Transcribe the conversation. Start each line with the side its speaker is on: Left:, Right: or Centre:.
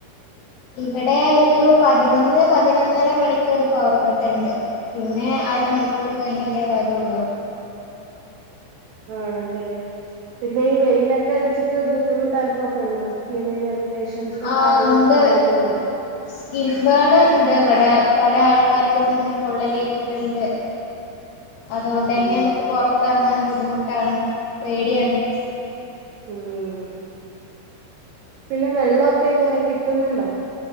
Left: ഇവടെ ഒരു പതിനൊന്ന് പതിനൊന്നര മണിക്കൂർ പവർക്കട്ട്ണ്ട്. പിന്നെ അരമണിക്കൂറ് കഴിഞ്ഞിട്ടേ വരുള്ളൂ.
Right: ആണല്ലേ പിന്നെയി വെയിലെക്കെയടിച്ചിട്ട് ബുദ്ധിമുട്ട് അനുഭവപ്പെടുന്നോ സ്കിന്നിന് ഇറിറ്റേഷൻസ്
Left: ആഹ്
Right: കാര്യങ്ങളൊക്കെ
Left: ഉണ്ട്
Right: വരുന്നുണ്ടോ
Left: സ്കിൻബേണ്‌ ഇണ്ട് ഇവടെ. പല ആൾക്കാർക്കും ഇങ്ങനെ പൊള്ളലേറ്റിട്ടുണ്ട് അതുകൊണ്ട്
Right: ഉം
Left: തന്നെ നമുക്ക് പുറത്തിറങ്ങാൻ ബുദ്ധിമുട്ട് ട്ടാണ് പേടിയാണ്
Right: ഊം പിന്നെ വെള്ളൊക്കെ എങ്ങനെ കിട്ടുന്നുണ്ടോ